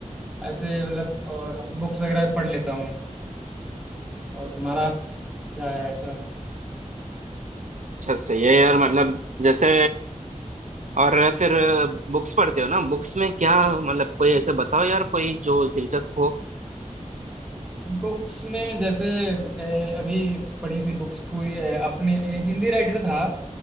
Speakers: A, in the centre; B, on the right.
A: ऐसे मतलब और बुक्स वगैरह भी पढ़ लेता हूँ और तुम्हारा क्या है ऐसा
B: अच्छा सही है यार मतलब जैसे और फिर बुक्स पढ़ते हो ना बुक्स में क्या मतलब कोई ऐसे बताओ यार कोई जो दिलचस्प हो
A: बुक्स में जैसे ए, अभी एक पढ़ी थी बुक्स कोई ए, अपने ए, हिंदी राइटर था